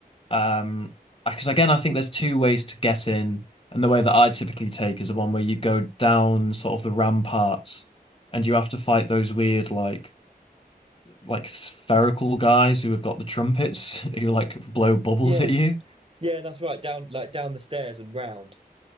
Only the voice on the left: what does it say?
Um, because again, I think there's two ways to get in, and the way that I typically take is the one where you go down sort of the ramparts, and you have to fight those weird like like spherical guys who have got the trumpets <laughs> who like blow bubbles
at you.